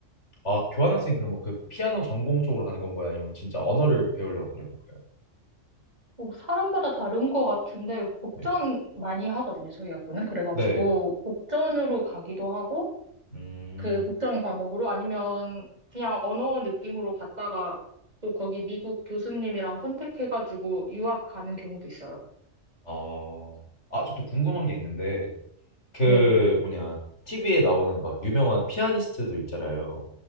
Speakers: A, on the left; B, on the right.
A: 아, 교환학생 그러면 그 피아노 전공 쪽으로 가는 건 거야? 아니면 진짜 언어를 배우려고 그는 거예요?
B: 뭐 사람마다 다른 것 같은데, 복전
A: 네.
B: 많이 하거든요, 저희 학교는. 그래가지고,
A: 네.
B: 복전으로 가기도 하고,
A: 음.
B: 그 국정 과목으로 아니면 그냥 언어 느낌으로 갔다가 또 거기 미국 교수님이랑 컨택해가지고 유학 가는 경우도 있어요.
A: 어. 아, 저 또 궁금한 게 있는데 그
B: 네,
A: 뭐냐? TV에 나오는 막 유명한 피아니스트들 있잖아요.